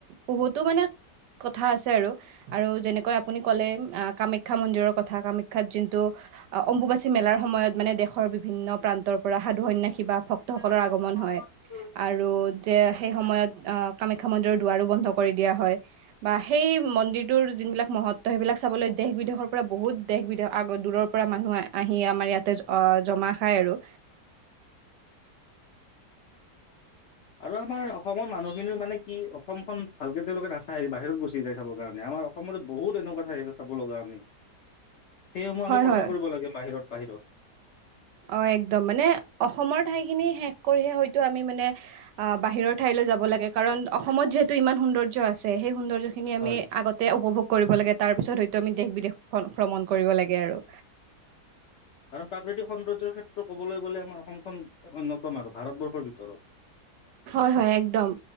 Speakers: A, on the right; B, on the left.
A: বহুতো মানে কথা আছে আৰু, আৰু যেনেকৈ আপুনি ক'লে আ, কামাখ খা, মন্দিৰৰ কথা, কামাখ্যাত যোনটো অ', অম্বুবাচী মেলাৰ সময়ত মানে দেশৰ বিভিন্ন প্ৰান্তৰ পৰা সাধু, সন্যাসী বা ভক্তসকলৰ
B: কৈছে
A: আগমন হয়, আৰু যে, সেই সময়ত অ', কামাখ্যা মন্দিৰৰ দুৱাৰো বন্ধ কৰি দিয়া হয়, বা সেই মন্দিৰটোৰ যোনবিলাক মহত্ব সেইবিলাক চাবলৈ দেশ বিদেশৰ পৰা বহুত দেশ, বিদেশ আগ দূৰৰ পৰা মানুহ আ-আহি আমাৰ ইয়াতে অ', জমা খায় আৰু।
B: আৰু আমাৰ অসমৰ মানুহখিনিও মানে কি, অসমখন ভালকে তেওঁলোকে নাচাই, বাহিৰত গুচি যায় চাবৰ কাৰণে। আমাৰ অসমত বহুত এনেকুৱা ঠাই আছে চাব লগা আমি। সেইসমূহ
A: হয়
B: আমি প্ৰচাৰ
A: হয়
B: কৰিব লাগে বাহিৰত, বাহিৰত।
A: অ', একদম। মানে অসমৰ ঠাইখিনি শেষ কৰিহে হয়তো আমি মানে অ', বাহিৰৰ ঠাই যাব লাগে, কাৰণ অসমত যিহেতু ইমান সৌন্দৰ্য আছে, সেই সৌন্দৰ্যখিনি আমি
B: হয়
A: আগতে উপভোগ কৰিব লাগে, তাৰপিছত হয়তো আমি দেশ, বিদেশ ভ-ভ্ৰমণ কৰিব লাগে আৰু।
B: কাৰণ প্ৰাকৃতিক সৌন্দৰ্যৰ ক্ষেত্ৰত ক'বলৈ গ'লে, আমাৰ অসমখন অন্যতম আৰু ভাৰতবৰ্ষৰ ভিতৰত।
A: হয় হয়, একদম।